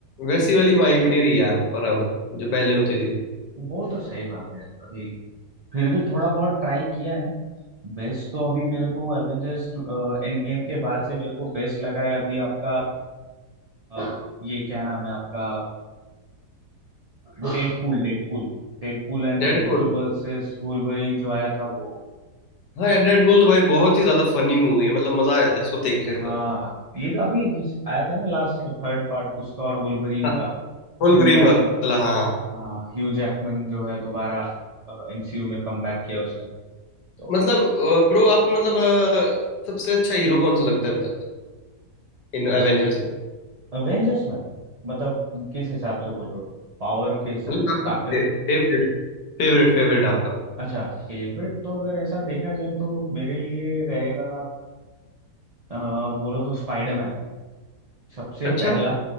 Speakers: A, on the left; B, on the right.
A: वैसी वाली वाइब नहीं रही यार पर अब जो पहले होती थी
B: वो तो सही बात है अभी फिर भी थोड़ा बहुत ट्राई किया है बेस्ट तो अभी मेरे को एवेंजर्स एंड गेम के बाद से मेरे को बेस्ट लगा है अभी आपका अ, ये क्या नाम है आपका Deadpool Deadpool Deadpool and
A: डेडपुल
B: Deadpool versus Wolverine जो आया था वो
A: हाँ यार डेडपुल तो भाई बहुत ही ज्यादा फनी मूवी है मतलब मजा आ जाता है इसको देख के
B: हाँ
A: तो
B: ये जो अभी जिस आया था ना लास्ट में थर्ड पार्ट उसका और वुल्वरीन
A: हाँ
B: का
A: वोल्वरिन
B: ह्यू जैकमैन
A: वाला हाँ
B: हाँ ह्यू जैकमैन जो है दोबारा एमसीयू में कमबैक किया उसने तो
A: मतलब ब्रो आपको मतलब अ, सबसे अच्छा हीरो कौन सा लगता है अभी तक इन एवेंजर्स
B: इस
A: में
B: अवेंजर्स में मतलब किस हिसाब से बोल रहे हो पावर के हिसाब
A: मतलब
B: मतलब
A: आपका
B: ताकत
A: फेवरेट
B: के-
A: फेवरेट फेवरेट आपका
B: अच्छा फेवरेट तो अगर ऐसा देखा जाए तो मेरे लिए रहेगा अ, बोलो तो स्पाइडरमैन सबसे
A: अच्छा
B: पहला